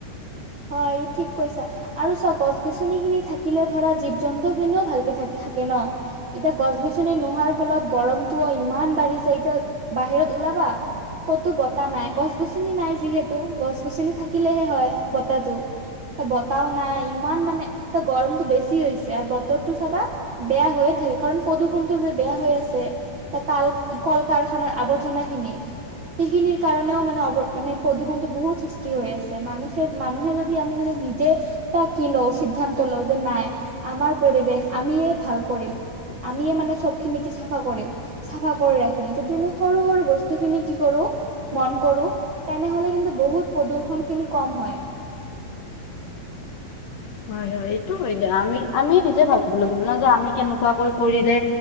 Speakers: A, on the right; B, on the left.
A: হয়, এইটো ঠিক কৈছা। আৰু চোৱা গছ গছনি খিনি থাকিলে ধৰা, জীৱ জন্তু খিনিও ভালকে থাকে, থাকে ন'। এতিয়া গছ গছনি নোহোৱাৰ ফলত, গৰমটো ইমান বাঢ়িছে, এতিয়া বাহিৰত ওলাবা? ক'তো বতাহ নাই, গছ গছনি নাই যিহেতু, গছ গছনি থাকিলেহে হয় বতাহটো। বতাহও নাই, ইমান মানে এয়া গৰমতটো বেছি হৈছে, আৰু বতৰটো চাবা বেয়া হৈয়ে থাকে, কাৰণ প্ৰদূষণটো যে বেয়া হৈ আছে। কাল, কল কাৰখানাৰ আৱৰ্জনাখিনি সেইখিনিৰ কাৰণেও মানে, অ', মানে প্ৰদূষণটো বহুত সৃষ্টি হৈ আছে, মানুহ মানুহে যদি, আমি যদি নিজে কি লওঁ, সিদ্ধান্ত লওঁ, যে নাই আমাৰ পৰিৱেশ আমিয়ে ভাল কৰিম। আমিয়েই মানে চব খিনি কি চাফা কৰিম, চাফা কৰি ৰাখিম। যদি আমি সৰু সৰু বস্তু খিনি কি কৰোঁ মন কৰোঁ, তেনেহ'লে কিন্তু বহুত প্ৰদূ্ষণ খিনি কম হয়।
B: হয় হয়। এইটো হয়, আমি, আমি নিজে ভাবিব লাগিব ন', যে, আমি কেনেকুৱাকৈ কৰিলে